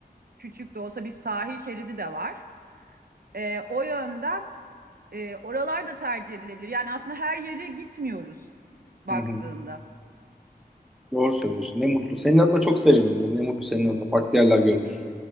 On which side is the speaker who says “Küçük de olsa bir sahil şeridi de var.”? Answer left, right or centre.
Right